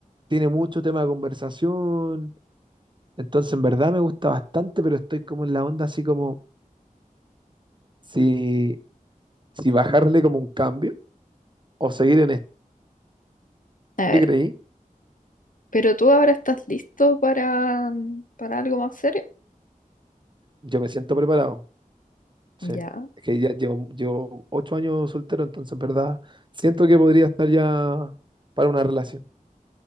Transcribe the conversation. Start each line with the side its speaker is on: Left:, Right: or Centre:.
Right: tiene mucho tema de conversación Entonces, en verdad me gusta bastante, pero estoy como en la onda así como si, si bajarle como un cambio o seguir en esto.
Left: A
Right: ¿Qué
Left: ver,
Right: creí?
Left: pero tú ahora estás listo para, mm, para algo más serio.
Right: Yo me siento preparado. Sí.
Left: ¿Ya?
Right: Es que ya llevo, llevo ocho años soltero, entonces en verdad siento que podría estar ya para una relación.